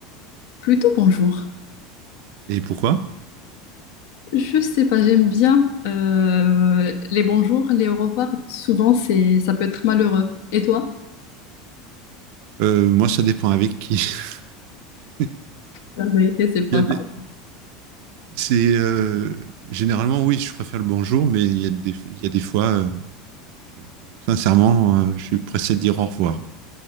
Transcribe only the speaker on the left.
Plutôt bonjour.
Je sais pas, j'aime bien euh, les bonjours, les au revoir. Souvent, c'est, ça peut être malheureux. Et toi?
La vérité, c'est pas
faux.